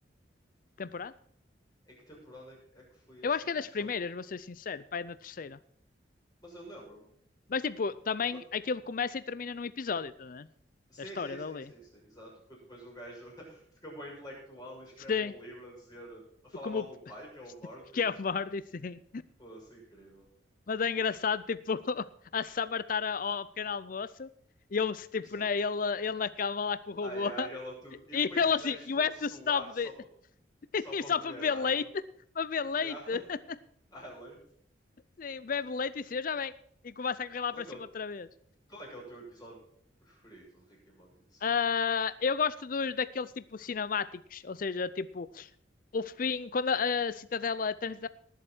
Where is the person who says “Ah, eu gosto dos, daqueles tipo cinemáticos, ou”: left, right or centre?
Left